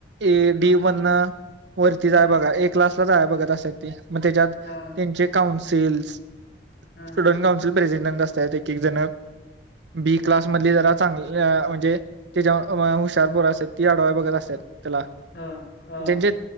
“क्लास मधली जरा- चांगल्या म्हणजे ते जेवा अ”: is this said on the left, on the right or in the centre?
Right